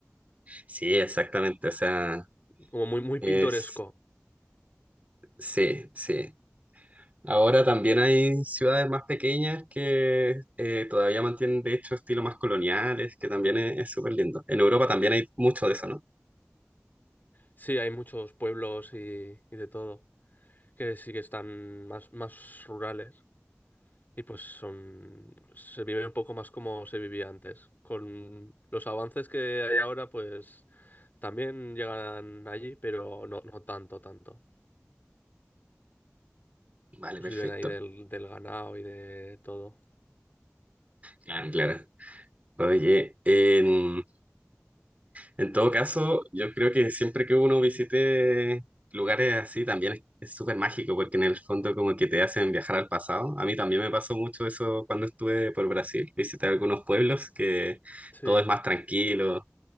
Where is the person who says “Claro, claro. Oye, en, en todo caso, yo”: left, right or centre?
Right